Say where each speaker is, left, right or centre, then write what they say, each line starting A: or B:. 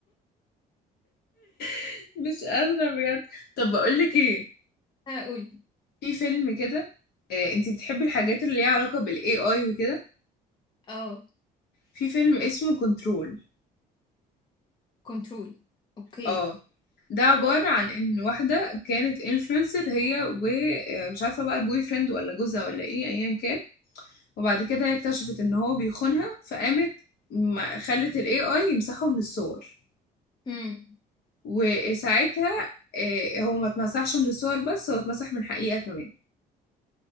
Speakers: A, on the left; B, on the left.
A: <laughs> مش قادرة بجد طب بقولك
B: كنت
A: ايه
B: هقول
A: في فيلم كده آه، انتي بتحبي الحاجات اللي ليها علاقة بالاي اي وكده
B: اه
A: في فيلم اسمه كنترول
B: كنترول اوكي
A: اه ده عبارة عن ان واحدة كانت انفلونسر هي ومش عارفة بقى البوي فريند ولا جوزها ولا ايه ايا كان وبعد كده هي اكتشفت ان هو بيخونها فقامت ما- خلت الاي اي يمسحه من الصور
B: امم
A: وساعتها آه، هو ما اتمسحش من الصور بس هو اتمسح من حقيقة كمان